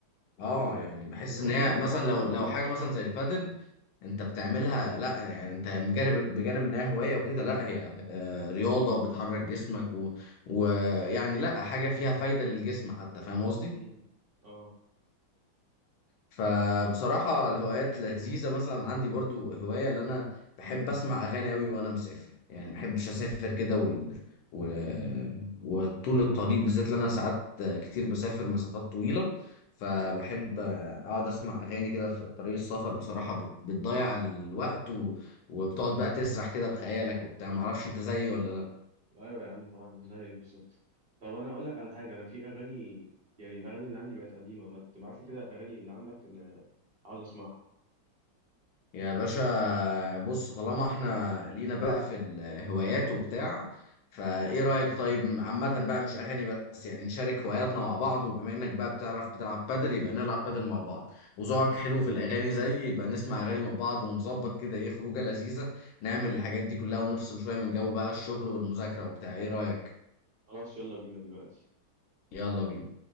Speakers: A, on the left; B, on the right.
A: اه
B: يعني ما-
A: يعني بحس
B: زمان
A: ان هي
B: فاهم
A: مثلا
B: بحس
A: لو
B: ان
A: لو
B: انا
A: حاجه
B: ضغطت شويه
A: مثلا زي البادل انت بتعملها لا يعني انت بجانب بجانب انها هوايه وكده لا هي آه، رياضه وبتحرك جسمك و- ويعني لا حاجه فيها فايده للجسم حتى فاهم قصدي؟
B: امم اه
A: فبصراحة
B: طب
A: الهوايات لذيذة مثلا عندي برضو هواية اللي أنا بحب أسمع أغاني أوي وأنا مسافر يعني ما بحبش أسافر كده وال... و... وطول الطريق بالذات لأن أنا ساعات كتير بسافر مسافات طويلة فبحب
B: مم.
A: أقعد أسمع أغاني كده في طريق السفر بصراحة بت... بتضيع الوقت و... وبتقعد بقى تسرح كده بخيالك وبتاع معرفش أنت زيي ولا لأ
B: ايوه يا عم طبعا زيك بالظبط طب انا اقول لك على حاجه انا في اغاني يعني الاغاني اللي عندي بقت قديمه ما تبعت لي كده اغاني اللي عندك انا عاوز اسمعها
A: يا باشا بص طالما احنا لينا بقى في الهوايات وبتاع فايه رأيك طيب عامة بقى مش اغاني بس يعني نشارك هواياتنا مع بعض وبما انك بقى بتعرف بتلعب بادل يبقى نلعب بادل مع بعض وذوقك حلو في الاغاني زيي يبقى نسمع اغاني مع بعض ونظبط كده ايه خروجة لذيذة نعمل الحاجات دي كلها ونفصل شوية من جو بقى الشغل والمذاكرة وبتاع ايه رأيك
B: خلاص يلا بينا دلوقتي
A: يلا بينا